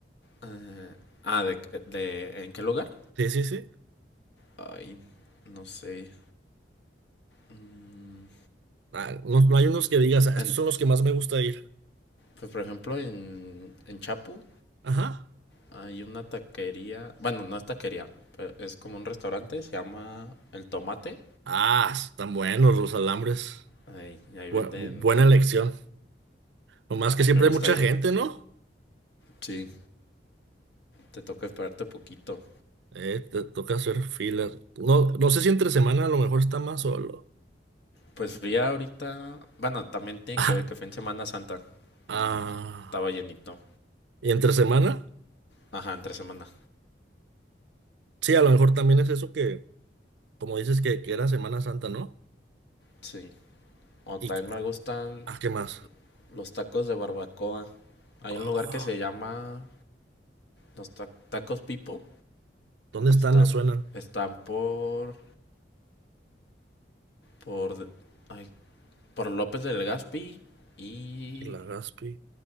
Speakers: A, on the left (about 70°); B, on the right (about 75°).
A: eh, ah, de, de- ¿en qué lugar?
B: Sí, sí, sí.
A: Ay, no sé. Mm,
B: Ah, no, no hay unos que digas, "Ah, estos
A: en-
B: son los que más me gusta ir.
A: pues, por ejemplo, en, en Chapu
B: Ajá.
A: hay una taquería. Bueno, no es taquería, pero es como un restaurante, se llama El Tomate.
B: Ah, están buenos los alambres.
A: Ay, y ahí
B: Bu-
A: venden.
B: bu- buena elección. Nomás que
A: Ahí
B: siempre
A: me gusta
B: hay mucha
A: ir.
B: gente, ¿no?
A: Sí, te toca esperarte poquito.
B: Eh, te toca hacer filas. No, no sé si entre semana a lo mejor está más solo.
A: Pues fui ahorita, bueno, también tiene
B: Ah,
A: que ver que fue en Semana Santa
B: ah.
A: y estaba llenito.
B: ¿Y entre semana?
A: Ajá, entre semana.
B: Sí, a lo mejor también es eso que, como dices, que, que era Semana Santa, ¿no?
A: Sí. O
B: ¿Y
A: también
B: que-
A: me gustan
B: ah, qué más?
A: los tacos de barbacoa. Hay
B: Oh,
A: un lugar que se llama los ta- tacos Pipo.
B: ¿dónde están?
A: Está,
B: Me suenan.
A: están por, por, ay, por López del Gaspi y
B: La Gaspi.